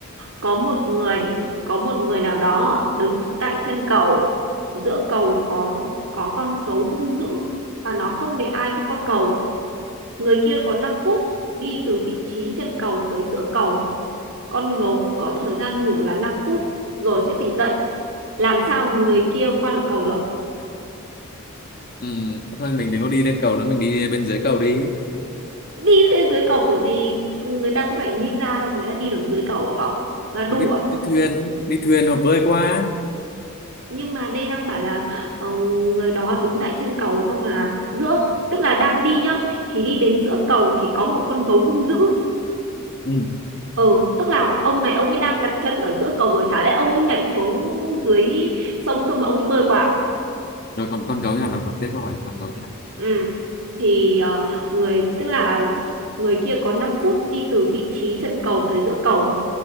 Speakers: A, on the right; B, on the left.
A: có một người, có một người nào đó đứng tại chân cầu. Giữa cầu có, có, có con gấu hung dữ. Và nó không để ai bước qua cầu Người kia có 5 phút đi từ vị trí chân cầu tới giữa cầu. Con gấu cũng có thời gian ngủ là 5 phút rồi sẽ tỉnh dậy. Làm sao người kia qua được cầu được?
B: Ừm, thôi mình đừng có đi lên cầu nữa mình đi bên dưới cầu đi
A: Đi lên dưới cầu kiểu gì? Người ta có phải ninja đâu mà người ta đi được dưới cầu hả cậu? Là đủ
B: đi,
A: à?
B: đi thuyền đi thuyền hoặc bơi qua
A: Nhưng mà đây đang bảo là ờ, người đó đứng tại chân cầu cơ mà giữa tức là đang đi nhá thì đi đến giữa cầu thì có một con gấu hung dữ
B: ừ.
A: ừ tức là ông này ông ấy đang đặt chân ở giữa cầu rồi chả lẽ ông ấy nhảy xuống dưới sông xong mà ông ấy bơi qua à?
B: rồi còn con gấu thế nào đọc tiếp câu hỏi con gấu thế nào
A: Ừ. Thì ờ, người tức là người kia có 5 phút đi từ vị trí chân cầu tới giữa cầu,